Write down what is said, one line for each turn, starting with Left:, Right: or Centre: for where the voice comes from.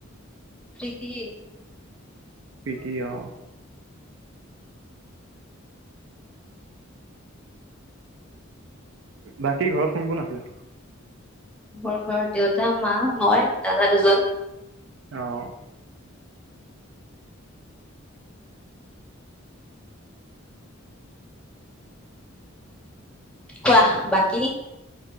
Centre: প্ৰীতি।
Right: প্ৰীতি অ'। বাকী ঘৰত কোন কোন আছে?
Centre: মোৰ ঘৰত দেউতা, মা, মই, দাদা দুজন।
Right: অ'।
Centre: কোৱা বাকী?